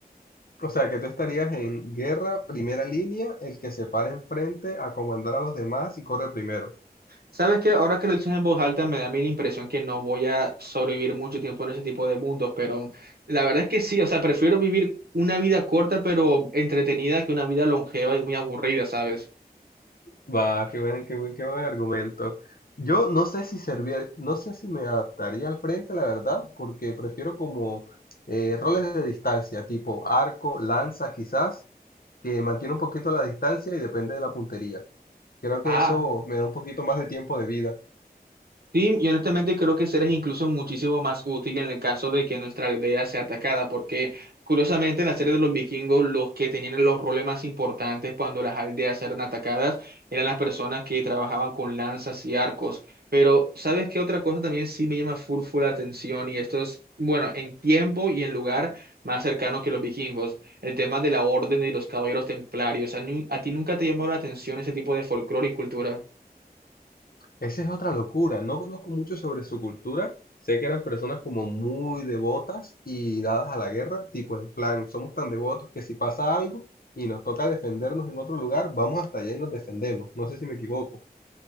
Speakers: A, on the left; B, on the right.
A: O sea, que tú estarías en guerra, primera línea, el que se para enfrente a comandar a los demás y corre primero.
B: ¿Sabes que Ahora que lo dices en voz alta, me da a mí la impresión que no voy a sobrevivir mucho tiempo en ese tipo de mundos, pero la verdad es que sí. O sea, prefiero vivir una vida corta pero entretenida que una vida longeva y muy aburrida, ¿sabes?
A: Va, qué buen, qué buen, qué buen argumento. Yo no sé si servir, no sé si me adaptaría al frente, la verdad, porque prefiero como eh, roles de distancia, tipo arco, lanza, quizás, que mantiene un poquito la distancia y depende de la puntería. Creo que
B: Ah,
A: eso me da un poquito más de tiempo de vida.
B: Sí, y honestamente creo que ese es incluso muchísimo más útil en el caso de que nuestra aldea sea atacada, porque curiosamente en la serie de los vikingos los que tenían los roles más importantes cuando las aldeas eran atacadas eran las personas que trabajaban con lanzas y arcos. Pero ¿sabes qué otra cosa también sí me llama full full la atención? Y esto es, bueno, en tiempo y en lugar más cercano que los vikingos, el tema de la orden de los caballeros templarios. ¿A, nu- a ti nunca te llamó la atención ese tipo de folclore y cultura?
A: Esa es otra locura. No conozco mucho sobre su cultura. Sé que eran personas como muy devotas y dadas a la guerra, tipo en plan, somos tan devotos que si pasa algo y nos toca defendernos en otro lugar, vamos hasta allá y nos defendemos. No sé si me equivoco.